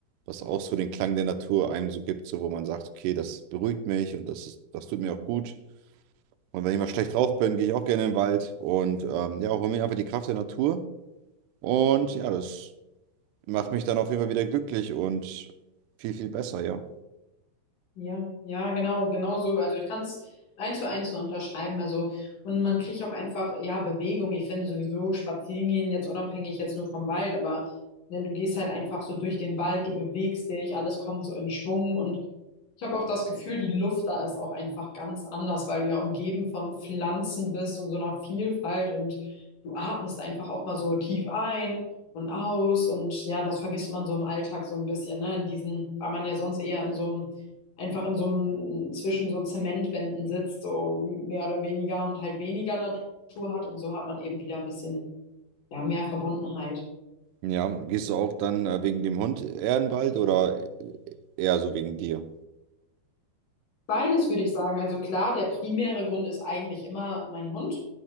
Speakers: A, on the right (about 80°); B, on the left (about 55°).
A: was auch so den Klang der Natur einem so gibt, so wo man sagt, okay, das beruhigt mich und das ist, das tut mir auch gut. Und wenn ich mal schlecht drauf bin, gehe ich auch gerne in den Wald und ähm, ja, hole mir einfach die Kraft der Natur. Und ja, das macht mich dann auf jeden Fall wieder glücklich und viel, viel besser, ja.
B: Ja, ja, genau, genau so. Also ich kann es eins zu eins so unterschreiben. Also, und man kriegt auch einfach, ja, Bewegung. Ich finde sowieso spazieren gehen, jetzt unabhängig jetzt nur vom Wald, aber ne, du gehst halt einfach so durch den Wald, du bewegst dich, alles kommt so in Schwung. Und ich habe auch das Gefühl, die Luft da ist auch einfach ganz anders, weil du ja umgeben von Pflanzen bist und so einer Vielfalt und du atmest einfach auch mal so tief ein. Und aus und ja, das vergisst man so im Alltag so ein bisschen, ne? In diesen, weil man ja sonst eher in so einem einfach in so einem, zwischen so Zementwänden sitzt, so mehr oder weniger und halt weniger Natur hat. Und so hat man eben wieder ein bisschen, ja, mehr Verbundenheit.
A: Ja, gehst du auch dann äh, wegen dem Hund eher in den Wald oder äh, eher so wegen dir?
B: Beides würde ich sagen. Also klar, der primäre Grund ist eigentlich immer mein Hund.